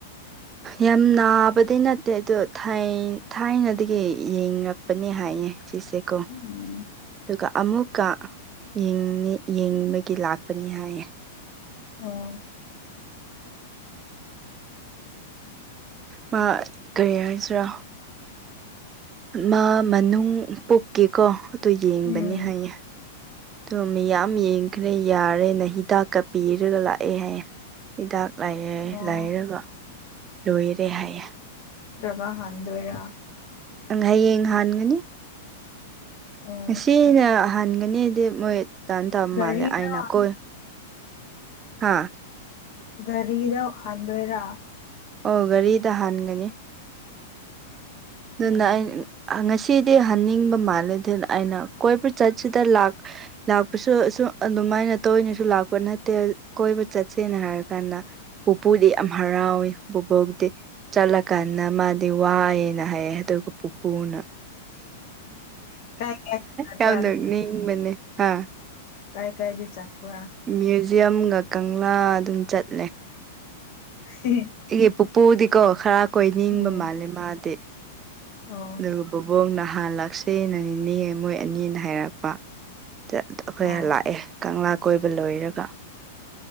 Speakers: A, on the right (about 20°); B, on the left (about 50°).
A: ꯌꯥꯝ ꯅꯥꯕꯗꯤ ꯅꯠꯇꯦ ꯑꯗꯣ ꯊꯥꯏꯅꯗꯒꯤ ꯌꯦꯡꯂꯡꯉꯛꯄꯅꯦ ꯍꯥꯏꯌꯦ ꯆꯤꯁꯦ ꯀꯣ
B: ꯎꯝ
A: ꯑꯗꯨꯒ ꯑꯃꯨꯛꯀ ꯌꯦꯡ ꯌꯦꯡꯅꯤꯡꯕꯒꯤ ꯂꯥꯛꯄꯅꯤ ꯍꯥꯏꯌꯦ
B: ꯑꯣ
A: ꯃꯥ ꯀꯔꯤ ꯍꯥꯏꯁꯤꯔꯥ ꯃꯥ ꯃꯅꯨꯡ ꯄꯣꯛꯀꯦꯀꯣ ꯑꯗꯨ ꯌꯦꯡꯕꯅꯤ
B: ꯎꯝ
A: ꯍꯥꯏꯌꯦ ꯑꯗꯨ ꯃꯤ ꯌꯥꯝ ꯌꯦꯡꯈ꯭ꯔꯦ ꯌꯥꯔꯦ ꯅ ꯍꯤꯗꯥꯛꯀ ꯄꯤꯔꯒ ꯂꯥꯛꯑꯦ ꯍꯥꯏꯌꯦ ꯍꯤꯗꯥꯛ ꯂꯥꯏꯑꯦ
B: ꯑꯣ
A: ꯂꯥꯏꯔꯒ ꯂꯣꯏꯔꯦ ꯍꯥꯏꯌꯦꯦ
B: ꯒꯥ ꯍꯥꯟꯗꯣꯏꯔ
A: ꯍꯌꯦꯡ ꯍꯥꯟꯒꯅꯤ
B: ꯑꯣ
A: ꯉꯁꯤꯅ ꯍꯟꯒꯅꯤꯗꯤ ꯃꯣꯏ ꯇꯟ ꯇꯧ
B: ꯒꯥꯔꯤꯗ
A: ꯃꯥꯜꯂꯦ ꯑꯩꯅ ꯀꯣꯏ ꯍꯥꯥ
B: ꯒꯥꯔꯤꯗ ꯍꯟꯗꯣꯏꯔꯥ
A: ꯑꯣ ꯒꯥꯔꯤ ꯇ ꯍꯟꯒꯅꯤ ꯑꯗꯨꯅ
B: ꯎꯝ
A: ꯑ ꯉꯁꯤꯗꯤ ꯍꯟꯅꯤꯡꯕ ꯃꯥꯜꯂꯦ ꯑꯗꯨꯅ ꯑꯩꯅ ꯀꯣꯏꯕ ꯆꯠꯁꯤꯗ ꯂꯥꯛ ꯂꯥꯛꯄꯁꯨ ꯑꯗꯨꯃꯥꯏꯅ ꯇꯅꯁꯨ ꯂꯥꯛꯄ ꯅꯠꯇꯦ ꯀꯣꯏꯕ ꯆꯠꯁꯦꯅ ꯍꯥꯏꯔ ꯀꯥꯟꯗ ꯄꯨꯄꯨꯗꯤ ꯌꯥꯝ ꯍꯔꯥꯎꯏ ꯄꯨꯕꯣꯛꯗꯤ ꯆꯠꯂꯀꯥꯟꯗ ꯃꯥꯗꯤ ꯋꯥꯏꯑꯅ ꯍꯥꯏꯦ ꯑꯗꯨꯒ ꯄꯨꯄꯨꯅ
B: ꯀꯥꯏ ꯀꯥꯏ ꯆꯠꯄ꯭ꯔꯥ
A: ꯌꯥꯝꯗꯧ ꯅꯤꯡꯕꯅꯦ ꯍꯥ
B: ꯀꯥꯏ ꯀꯥꯏ ꯗꯦ ꯆꯠꯄꯔ
A: ꯃ꯭ꯌꯨꯖꯤꯌꯝꯒ ꯀꯪꯂꯥ ꯑꯗꯨꯝ ꯆꯠꯂꯦ
B: ꯍ
A: ꯑꯩꯒꯤ ꯄꯨꯄꯨꯗꯤꯀꯣ ꯈꯔ ꯀꯣꯏꯅꯤꯡꯕ
B: ꯎꯝ
A: ꯃꯥꯜꯂꯦ ꯃꯥꯗꯤ
B: ꯑꯣ
A: ꯑꯗꯨꯒ ꯕꯕꯣꯛ ꯅꯍꯥꯟ ꯂꯥꯛꯁꯦꯅ ꯅꯦ ꯃꯣꯏ ꯑꯅꯤꯅ ꯍꯥꯏꯔꯛꯄ ꯑꯩꯈꯣꯏ
B: ꯑꯣ
A: ꯂꯥꯛꯑꯦ ꯀꯪꯂꯥ ꯀꯣꯏꯕ ꯂꯣꯏꯔꯒ